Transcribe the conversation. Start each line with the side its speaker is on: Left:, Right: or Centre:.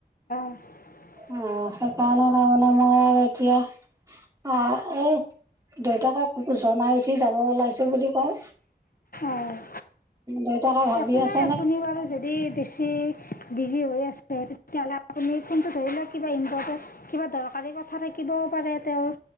Left: <unintelligible>
Right: অ সেইকাৰণে তাৰমানে মই আৰু এতিয়া অহ এই। দেউতাকে জনাই উঠি যাব ওলাইছো বুলি কওঁ।
Left: অঁ
Right: দেউতাকে ভাবি
Left: একো
Right: আছো।
Left: নাই আপুনি বাৰু যদি। বেছি বিজি হৈ আছে তেতিয়াহ'লে আপুনি ফোনটো ধৰি লওক কিবা ইম্পৰ্টেণ্ট কিবা দৰকাৰ। বাৰীৰ কথা থাকিবও পাৰে। তেওঁৰ